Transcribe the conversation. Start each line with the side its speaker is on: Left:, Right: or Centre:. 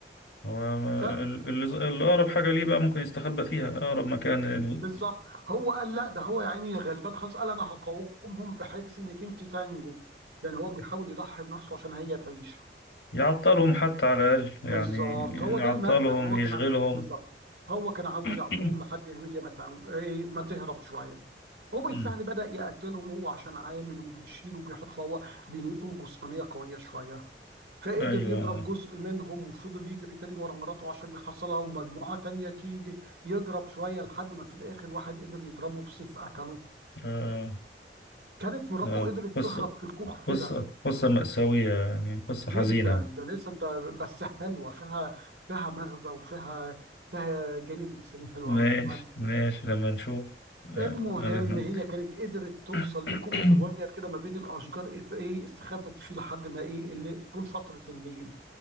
Left: هو
Right: ف
Left: ال- ال- الأقرب حاجة ليه بقى ممكن يستخبى فيها أقرب مكان ال-
Right: بالظبط هو قال لا ده هو يا عيني غلبان خلاص قال انا هقاومهم بحيث انك انت تنجو يعني هو بيحاول يضحي بنفسه عشان هي تعيش
Left: يعطلهم حتى على الأقل
Right: بالظبط
Left: يعني
Right: هو
Left: يعطلهم
Right: ده المغزى ان هو
Left: يشغلهم
Right: كان ع- بالظبط هو كان عاوز
Left: <coughs>
Right: يعطلهم لحد إن هي ما تعمل ايه ما تهرب شويه وبالفعل
Left: أمم.
Right: بدأ يقتلهم هو عشان عامل وبيشيل وبيحط فهو بنيته الجسمانيه قويه شويه فقدر
Left: أيوة
Right: يضرب جزء منهم وفضل يجري تاني ورا مراته عشان يحصلها ومجموعه تانيه تيجي يضرب شويه لحد ما في الاخر واحد قدر يضربه بسيف قتله
Left: آه
Right: كانت مراته
Left: آه
Right: قدرت
Left: قصة
Right: تهرب في كوخ
Left: قصة
Right: كده
Left: قصة مأساوية يعني قصة
Right: جدا
Left: حزينة
Right: ده لسه انت بس حلوه فيها فيها مغزى وفيها فيها جانب انساني حلو
Left: ماشي
Right: قوي يا احمد
Left: ماشي لما نشوف آه،
Right: المهم
Left: إحنا
Right: هي كانت قدرت توصل
Left: <coughs>
Right: لكوخ صغير كده ما بين الاشجار ايه إيه استخبت فيه لحد ما ايه اللي طول فتره الليل